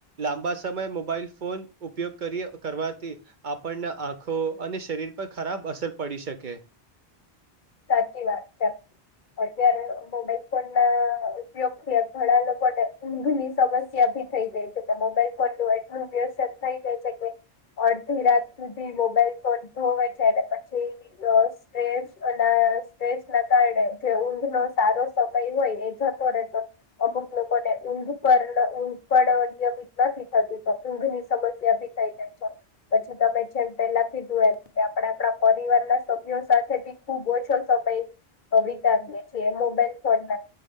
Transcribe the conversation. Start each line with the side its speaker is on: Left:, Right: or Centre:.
Right: લાંબા સમયે મોબાઈલ ફોન ઉપયોગ કરીએ કરવાથી આપણને આખો અને શરીર પર ખરાબ અસર પડી શકે
Left: સાચી વાત છે અત્યારે મોબાઈલ ફોન ના યોગ ઘણા લોકોને ઊંઘ ની સમસ્યા ભી થઈ ગઈ છે મોબાઈલ ફોન એટલું અડધી રાત સુધી મો મોબાઈલ ફોન જોવે છે પછી સ્ટ્રેસ સ્ટ્રેસ ના કારણે ઊંધ નો સારો સફાઈ હોય એ જતો રહેે તો અમુક લોકો ને ઊંધ પર પણ નિયમિત નથી થતું ઊઘની સમસ્યા ભી થઈ જાય છે પછી તમે જેમ પેલા કીધું એમ કે આપડે આપણા પરિવાર ના સભ્યો સાથે ભી ખુબ ઓછો સમય તો વિતાવીએે છીએ મોબાઈલ ફોન